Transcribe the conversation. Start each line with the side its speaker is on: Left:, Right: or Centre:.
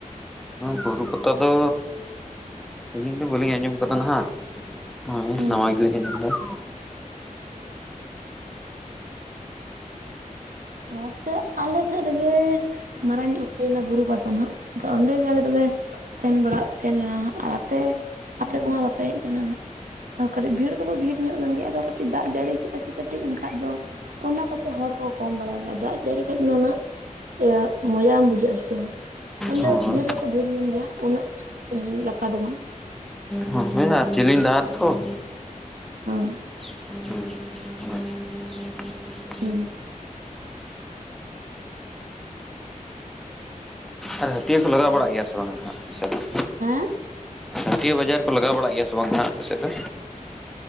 Centre: ᱦᱚᱸ ᱨᱩ ᱯᱟᱛᱟ ᱫᱚ ᱟᱹᱞᱤᱧ ᱫᱚ ᱵᱟᱹᱞᱤᱧ ᱟᱸᱡᱚᱢ ᱠᱟᱫᱟ ᱱᱟᱦᱟᱸᱜ ᱦᱚᱭ
Right: ᱦᱩᱸ
Centre: ᱱᱟᱶᱟ ᱜᱮᱞᱤᱧ ᱟᱸᱡᱚᱢ ᱫᱟ <inaudible>
Right: ᱱᱚᱛᱮ ᱟᱞᱮ ᱥᱮᱫ ᱨᱮᱜᱮ ᱢᱟᱨᱟᱝ ᱧᱚᱜ ᱦᱩᱭᱱᱟ ᱵᱩᱨᱩ ᱯᱟᱛᱟ ᱦᱟᱸᱜ ᱛᱚ ᱚᱸᱰᱮ ᱜᱮ ᱟᱞᱮ ᱫᱚᱞᱮ ᱥᱮᱱ ᱵᱟᱲᱟ ᱥᱮᱱ ᱞᱮᱱᱟ ᱦᱟᱸᱜ ᱟᱨ ᱟᱯᱮ ᱟᱯᱮ ᱠᱚᱢᱟ ᱵᱟᱯᱮ ᱦᱮᱡ ᱞᱮᱱᱟ ᱦᱟᱸᱜ ᱠᱟᱹᱴᱤᱡ ᱵᱷᱤᱲ ᱫᱚᱵᱚ ᱵᱷᱤᱲ ᱧᱚᱜ ᱞᱮᱱ ᱜᱮᱭᱟ ᱟᱨᱚ ᱠᱟᱹᱴᱤᱡ ᱫᱟᱜ ᱡᱟᱹᱲᱤ ᱠᱮᱜᱼᱟ ᱥᱮ ᱠᱟᱹᱴᱤᱡ ᱮᱱᱠᱷᱟᱡ ᱫᱚ ᱚᱱᱟ ᱠᱚᱛᱮ ᱦᱚᱲ ᱠᱚ ᱠᱚᱢ ᱵᱟᱲᱟᱭ ᱫᱟᱜ ᱡᱟᱹᱲᱤ ᱠᱷᱟᱡ ᱢᱟ ᱩᱱᱟᱹᱜ ᱮ ᱢᱚᱡᱟ ᱵᱟᱝ ᱵᱩᱡᱷᱟᱹᱜᱼᱟ ᱥᱮ ᱮᱱᱫᱚ
Centre: ᱦᱳᱭ
Right: ᱵᱷᱤᱲ ᱫᱚᱠᱚ ᱵᱷᱤᱲ ᱞᱮᱱ ᱜᱮᱭᱟ ᱩᱱᱟᱹᱜ ᱞᱮᱠᱟ ᱫᱚ ᱵᱟᱝ
Centre: ᱦᱚᱸ ᱦᱮᱸ ᱟᱨ ᱪᱤᱞᱤᱧ ᱰᱟᱦᱟᱨ ᱛᱷᱚ <inaudible>
Right: ᱚ
Centre: <unintelligible>
Right: ᱦᱳᱭ
Centre: ᱟᱨ ᱦᱟᱹᱴᱭᱟᱹ ᱠᱚ ᱞᱟᱜᱟᱣ ᱵᱟᱲᱟᱜ ᱜᱮᱭᱟ ᱥᱮ ᱥᱟ ᱵᱮᱥᱫᱟ <unintelligible>
Right: ᱦᱮᱸ
Centre: ᱦᱟᱹᱴᱤᱭᱟᱹ ᱵᱟᱡᱟᱨ ᱠᱚ ᱞᱟᱜᱟᱣ ᱵᱟᱲᱟᱜ ᱜᱮᱭᱟ ᱥᱮ ᱵᱟᱝ ᱱᱟᱜ ᱟᱯᱮ ᱥᱮᱫ ᱫᱚ